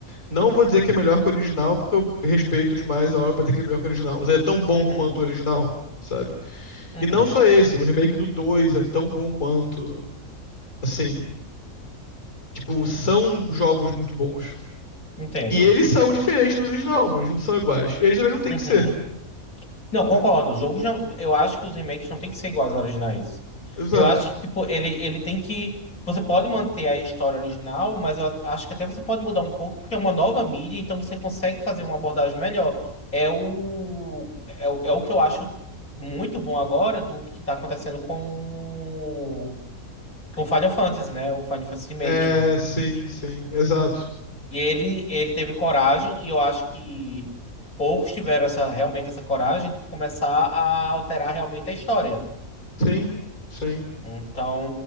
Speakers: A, on the left; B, on the left.
A: Não vou dizer que é melhor que o original, porque eu respeito demais a hora pra dizer que é melhor que o original. Mas é tão bom
B: Uhum,
A: quanto o original, sabe?
B: uhum.
A: E não só esse, o remake do 2 é tão bom quanto. Assim, tipo, são jogos muito bons.
B: Entendo.
A: E eles são diferentes do original, eles não são iguais. E eles também não têm
B: Uhum.
A: que ser.
B: Não, concordo.
A: né?
B: O jogo já. Eu acho que os remakes não tem que ser iguais aos originais.
A: Exato.
B: Eu acho que, tipo, ele, ele tem que. Você pode manter a história original, mas eu a- acho que até você pode mudar um pouco, porque é uma nova mídia, então você consegue fazer uma abordagem melhor. É o. É, o- é o que eu acho muito bom agora do que tá acontecendo com. o- Com o Final Fantasy, né? O Final Fantasy Remake.
A: É, sim, sim, exato.
B: E ele, ele teve coragem, e eu acho que poucos tiveram essa, realmente essa coragem de começar a alterar realmente a história.
A: Sim, sim.
B: Então,